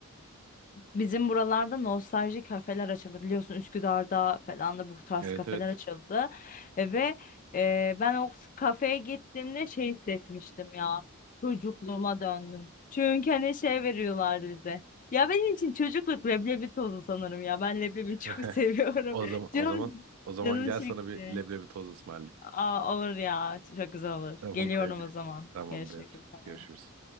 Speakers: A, on the left (about 35°); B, on the right (about 70°).
A: Bizim buralarda nostalji kafeler açıldı biliyorsun Üsküdar'da falan da bu tarz
B: Evet
A: kafeler
B: evet.
A: açıldı E, ve e, ben o kafeye gittiğimde şey hissetmiştim ya çocukluğuma döndüm. Çünkü hani şey veriyorlardı bize. Ya benim için çocukluk leblebi tozu sanırım ya ben leblebi
B: <laughs>
A: çok <laughs> seviyorum.
B: O zaman o
A: Canım,
B: zaman o zaman
A: canım
B: gel
A: çekti.
B: sana bir leblebi toz ısmarlayayım.
A: Aa, olur ya çok güzel olur.
B: Tamam
A: Geliyorum
B: haydi.
A: o zaman.
B: Tamamdır.
A: Görüşmek üzere.
B: Görüşürüz.